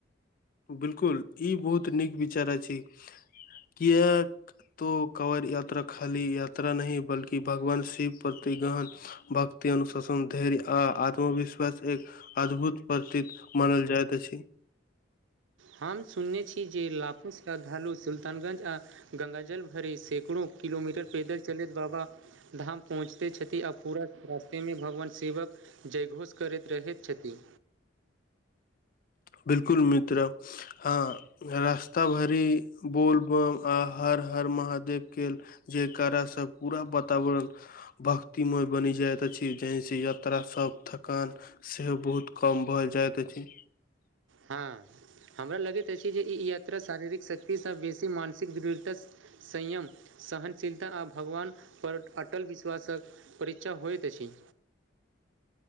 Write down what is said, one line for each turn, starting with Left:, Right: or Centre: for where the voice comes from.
Left: बिल्कूल ई बहुत नीक विचार अछी किए। तो कवर यात्रा खाली यात्रा नहि बल्कि भगवान शिव प्रति गहन। भक्ति अनुशासन धर्य आ आत्मविश्वास एक। अद्भुत प्रतीत मानल जाइत अछि।
Right: हम सुनने छी। जे लाखूस श्रद्धालु सुल्तानगञ्ज आ गंगा जल भरे सैकड़ो किलोमीटर पैदल चलैत बाबा धाम पर। पहुँचतै छथि आ पूरा रास्तेमे भगवान शिवक जय घोष करैत रहैत छथि।
Left: बिल्कूल मित्र हँ रास्ता भरि बोलबम आ हर हर महादेवके। जे करासँ पूरा वातावरण। भक्तिमय बनि जाइत अछि। जी से यात्रा सभ थकान सेहो बहुत कम भऽ जाइत अछि।
Right: हँ हमरा लगैत अछि। जे ई यात्रा शारीरिक शक्तिसँ बेसी मानसिक दृढ़ता। संयम सहनशीलता आ भगवानपर अटल विश्वासक परीक्षा होइत अछि।